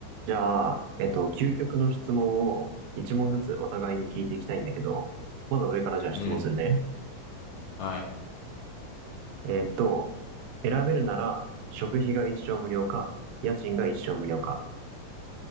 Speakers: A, on the right; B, on the left.
A: じゃあ、えっと、究極の質問を一問ずつお互いに聞いていきたいんだけど、まず俺からじゃあ質問するね。
B: うん。はい。
A: えっと、選べるなら食費が一生無料か、家賃が一生無料か。